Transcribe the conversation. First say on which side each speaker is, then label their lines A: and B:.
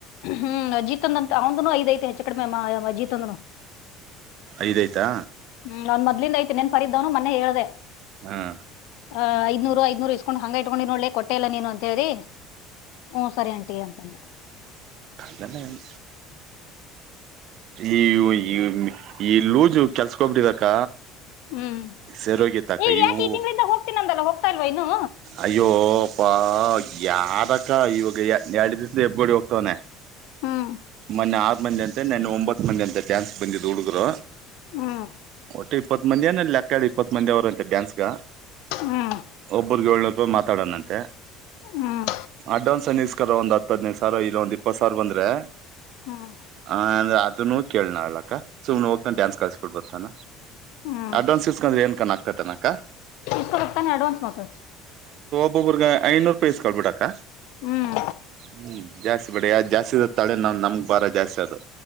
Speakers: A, on the left (about 65°); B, on the right (about 55°).
A: ಹ್ಮ್ ಅಜಿತ್ದಂತ ಅವಂದನು ಐದ ಐ ಹೆಚ್ಚು ಕಡಿಮೆ ಅಜಿತ್ದ್ನು
B: ಐದಾಯ್ತಾ
A: ಹ ನನ್ ಮದ್ಲಿಂದ ಐತೆತಿ ನನ್ರೀದ್ದವನು ಮನೆೆ ಹೇಳೆ
B: ಹ್ಮ್
A: ಆ ಐ್ನೂ ಐ್ನೂ ಇಸ್ಕೊಂಡ್ ಹಂಗ ಇಟ್ಕೊಂಡು ಒಳ್ಳೆ ಕೊಟ್ಟ ಇಲ್ಲ ನೀನು ಅಂತ ವ್ರರಿ ಹ್ಮ ಸರಿ ಆಂಟಿ ಅಂತಂದು
B: ಎ ಈ ಈ ಈ ಲೂಜು ಕೆಲ್ಸಕ ಹೋಗ್ಬಿಟ್ಟಿದಕ್ಕ
A: ಹ್ಮ್
B: ಸರೋಗಿ ತಕಯವು
A: ಈಗ ಯಾಕೆ ಈ ತಿಂಗಳಿಂದ ಹೋಗ್ತೀನಂದಲ್ಲ ಹೋಗ್ತಾ ಇಲ್ವಾ ಇನ್ನು
B: ಅಯ್ಯೋ ಪ್ಪಾ ಯಾರಕ್ಕ ಇವಾಗ ಎರಡು ದಿವಸದ ಹೆಬ್ಗಡಿ ಹೋಗ್ತವನನೆ
A: ಹ್ಮ್
B: ಮೊನ್ನೆ ಆರ್ ಮಂದಿ ಅಂತ ನನ್ನ ಒಂಬತ್ ಮಂದಿ ಅಂತ ಚಾನ್ಸ್ ಬಂದಿದು ಹುಡುಗರು
A: ಹ್ಮ್
B: ಒಟ್ಟೆ ಇಪ್ಪತ್ ಮಂದಿ ಏನ ಲೆಕ್ಕಾ ಇಪ್ಪತ್ ಮಂದಿ ಅವ್ರಂತೆ ಡ್ಯಾನ್ಸ್ಗ
A: ಹ್ಮ್
B: ಒಬ್ಬರ್ ಏಳ್ನೂರು ರೂಪಾಯಿ ಮಾತಾಡೋಣಂತೆ
A: ಹ್ಮ್
B: ಅಡ್ವಾನ್ಸ್ ಅನ್ನಸ್ಕರ ಒಂದ್ ಹತ್ ಹದ್ನೈದು ಸಾವಿರ ಇರ ಒಂದ್ ಇಪ್ಪತ್ ಸಾವಿರ ಬಂದ್ರೆ
A: ಹ್ಮ್
B: ಹ ಅಂದ್ರೆ ಅದನು ಕೇಳಣ ಅಲಕ್ಕ ಸುಮ್ನೆ ಹೋಗ್ತಾನ ಚಾನ್ಸ್ ಕಳ್ಸಬಿಡ್ಬತ್ತಾನ
A: ಹ್ಮ್
B: ಅಡ್ವಾನ್ಸ್ ಸಿಸ್ಕೊಂಡ್ರೆ ಏನ್ ಕಕ್ಕತನಕ್ಕ
A: ಇಪ್ಪತಾನೆ ಅಡ್ವಾನ್ಸ್ ಮಾತ
B: ಒಬ್ಬೊಬರ್ಗ ಐನೂರು ರೂಪಾಯಿಸ್ಕೊಳ್ಬಿಟ್ಟಕ್ಕ
A: ಹ್ಮ್
B: ಹ್ಮ ಜಾಸ್ತಿ ಬ ಜಾಸ್ತಿ ತಳೆ ಇನ್ನೊ ನಮ್ಗ್ ಭಾರ ಜಾಸ್ತಿ ಅದು